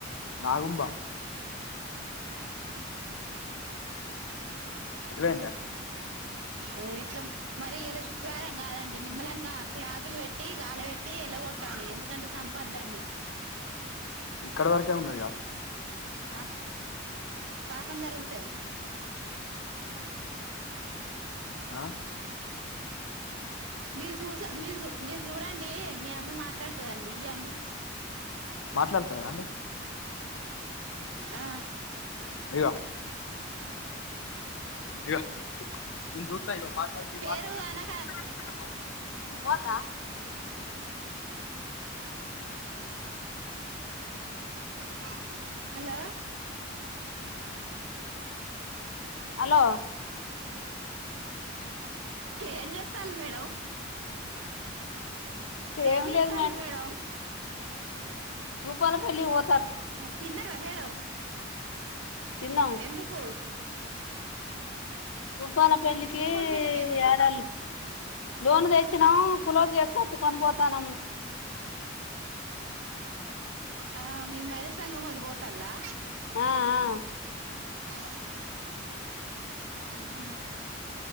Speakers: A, on the left (about 85°); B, on the right (about 80°).
A: నాగంపాం
B: ఉమ్
A: ఎటు పోయిందే
B: ఓ ఇట్లా మరి ఇయ్యాల శుక్రవారం కద అండి నిమ్మళంగా క్లాసులు పెట్టి గాలే ట్టి ఎలగొట్టలీ ఎందుకంటే సంపద్దండి
A: ఇక్కడవరకే ఉన్నా ఇగ
B: పా పాపం తలుగుతుంది
A: హ
B: మీరు చూసా మీరు చూ మీరు చూడండి మీ అమ్మ మాట్లాడుతుందండి ఇవ్యండి
A: మాట్లాడుతదా అండి
B: ఆ
A: అయ్యో ఇక వీళ్ జూ అయ్యో మాట్లాడు బి
B: పేరు
A: మాట్లాడు
B: అనక
A: మాట్లా హే వాట్ డా
B: హలో
A: హలో
B: ఏం చేస్తాళ్ళు మేడం ఏ
A: ఏం
B: చేత్తాల
A: లేదు
B: మేడం
A: రూపాలళ్లి కి పో
B: తిన్నరా మేడం
A: తిన్నాం
B: ఎందుకు
A: ఉప్పాలపళ్లకి
B: భూపాల్ పెళ్ళికి ఎందుకు
A: ఏడాళ్ళు లోన్ తెచ్చ వచ్చా కుులోకి చేసు కచ్చుకొని పోతాం
B: ఆ మే మరసంగం వాళ్ళు పోతలా
A: ఆ ఆ
B: బై బ